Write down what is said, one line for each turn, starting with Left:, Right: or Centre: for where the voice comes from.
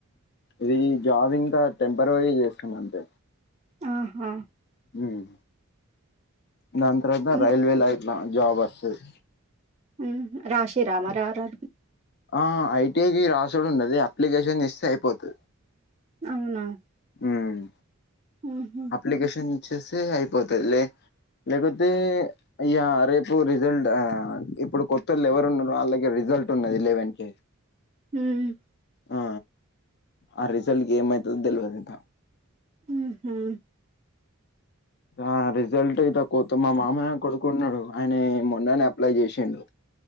Left: ఇది జాబింగ్ ఇంకా టెంపవరీ జేస్తుంది అంతే
Right: ఆహా
Left: ఉహ్ దాన్ తరువాత
Right: ఉమ్
Left: రైల్వేలైట్లా జాబ్ వసద్
Right: ఉహుహ్ రాశి రా మర్ ఆర్ ఆర్
Left: ఆ ఐటిఐకి రాసిడు ఉండది అప్లిగేషన్ జేస్తే అయిపోతద్
Right: అవునా
Left: మ్మ్
Right: ఆహ
Left: అప్లికేషన్ ఇచ్చేస్తే అయిపోతది లే లేకపోతే అయ్యా రేపు రిజల్ట్ ఆ ఇప్పుడు కొత్తళ్ళెవరున్నరు ఆళగి రిజల్ట్ ఉన్నది లెవెన్ కి
Right: హ్మ్
Left: ఆ ఆ రిజల్ట్ కేమైతదో దెలవదింక
Right: ఊహా
Left: ఆ రిజల్ట్ అయుతె కోత్త మామయ్య కొడుకున్నాడు ఆయనే మొన్ననే అప్లై చేషిండు